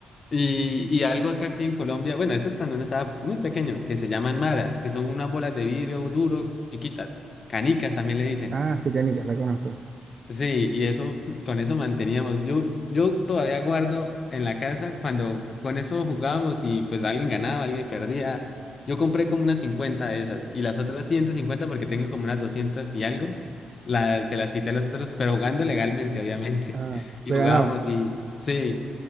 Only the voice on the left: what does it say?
Y, y algo acá que en Colombia, bueno, eso es cuando uno estaba muy pequeño, que se llaman maras, que son unas bolas de vidrio duro, chiquitas, canicas también le dicen.
Sí, y eso, <laughs> con eso manteníamos. Yo, yo todavía guardo en la casa cuando con eso jugábamos y pues alguien ganaba, alguien perdía. Yo compré como unas 50 de esas y las otras 150 porque tengo como unas 200 y algo, la- se las quité a los otros, pero jugando legalmente, obviamente.
<laughs> Y
jugábamos
y sí,